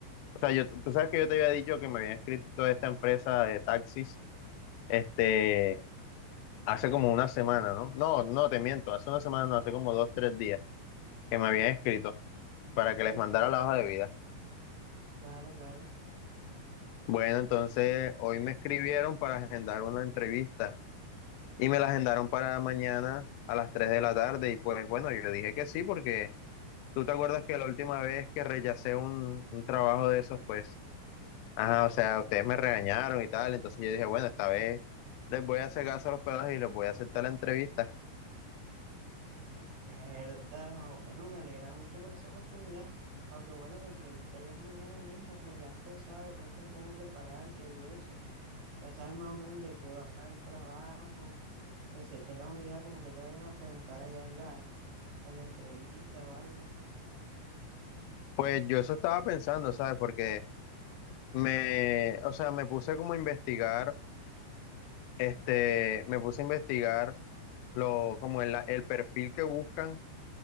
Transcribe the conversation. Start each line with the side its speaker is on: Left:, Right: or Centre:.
Left: o sea, yo, tú sabes que yo te había dicho que me había inscrito a esta empresa de taxis, este, hace como una semana, ¿no? No, no, te miento, hace una semana, no, hace como dos, tres días que me habían escrito para que les
Right: Sí,
Left: mandara
Right: sí.
Left: la hoja de vida.
Right: Claro, claro.
Left: Bueno, entonces hoy me escribieron para agendar una entrevista y me la agendaron para mañana a las 3 de la tarde y pues bueno, yo dije que sí porque tú te acuerdas que la última vez que rechacé un, un trabajo de esos, pues, ajá, o sea, ustedes me regañaron y tal, entonces yo dije, bueno, esta vez les voy a hacer caso a los pelos y les voy a aceptar la entrevista.
Right: Es verdad, bueno, me alegra mucho por esa oportunidad. Aunque bueno, la entrevista ya es mañana mismo y has pensado de pronto en cómo prepararte y eso. Ya sabes más o menos de qué va el trabajo. Que se tengas una idea como que te vayan a preguntar allá en la, en la entrevista o algo.
Left: Pues yo eso estaba pensando, ¿sabes? Porque me, o sea, me puse como a investigar, este, me puse a investigar lo, como el, el perfil que buscan